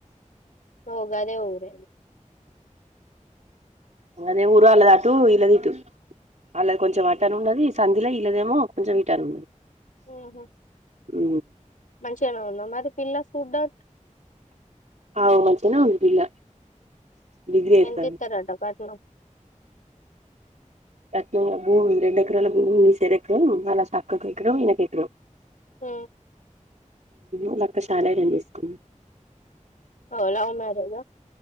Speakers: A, on the left; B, on the right.
A: పోగాదే ఊరే
B: అదే ఊరు వాళ్ళ దటు ఇళ్లది ఇటు వాళ్ళ కొంచెం వాటని ఉన్నది సంధిలో ఇల్లదేమో కొంచెం వటని ఉండది
A: ఊహు
B: ఉ
A: మంచిగానే ఉందాం మరి పిల్ల చూడ్డా
B: అవు మంచిగనే ఉంది పిల్ల డిగ్రీ చేత్తాంది
A: ఎంత ఇత్తారంట కట్నం
B: కట్నం ల భూమి మి రెండ ఎక్కరాాల పూమి నున్ని సరకుర నాలా సాాక్కా క కేకరంయన్న క కేకరం
A: ఉ
B: అదక్క శాల అంపిసుకు
A: ఓ లవ్ మేరేజ